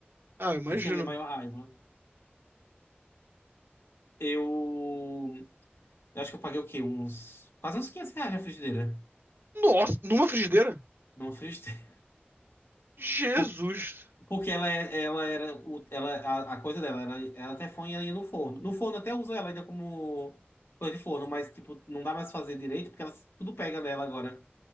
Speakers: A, on the right (about 70°); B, on the left (about 80°).
A: Ah, eu imagino.
B: Essa que é a minha maior raiva. Eu, eu acho que eu paguei o quê? Uns quase uns 500 reais na frigideira.
A: Nossa, numa frigideira?
B: Não fez tempo.
A: Jesus.
B: Por- Porque ela, é- ela era. o- Ela, a, a coisa dela era. Ela até foi ali no forno. No forno até uso ela ainda como coisa de forno, mas tipo, não dá mais pra fazer direito porque ela, tudo pega nela agora.